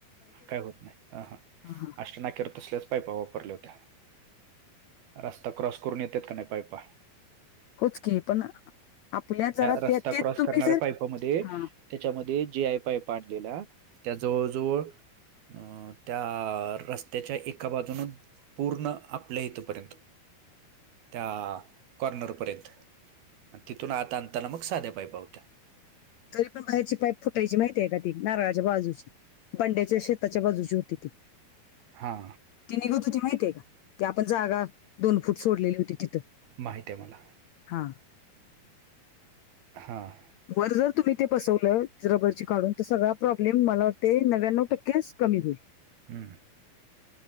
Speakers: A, on the right; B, on the left.
A: काय होत नाही. अ, ह.
B: हा, हा.
A: अष्ट नाक्यावर तसल्याच पायपा वापरल्या होत्या. रस्ता क्रॉस करून, येतेत का नाही पायपा.
B: होच की. पण आपल्या जरा,
A: रस्ता
B: त्या ते
A: क्रॉस
B: तुम्ही
A: करणाऱ्या
B: जर.
A: पाईपामध्ये
B: हा.
A: त्याच्यामध्ये जी आय पाईप आणलेला. त्या जवळ - जवळ अ त्या, रस्त्याच्या एका बाजून पूर्ण आपल्या इथपर्यंत. त्या कॉर्नरपर्यंत. अन् ती तून आत आनताना, मग साध्या पायपा होत्या.
B: तरी पण, बाहेरची पायप फूट टायची माहितीय का, ती? नारळाच्या बाजूची. बंड्याच्या शेताच्या बाजूची होती ती.
A: हा.
B: ती निघत होती माहतीेय का? ती आपण जागा, दोन फूट सोडलेली होती तिथं.
A: माहित्याय मला.
B: हा.
A: हां.
B: वर जर तुम्ही ते बसवलं रबरची काढून तर सगळा प्रॉब्लेम मला वाटते नव्याण्णव टक्केच कमी होईल.
A: हम्म.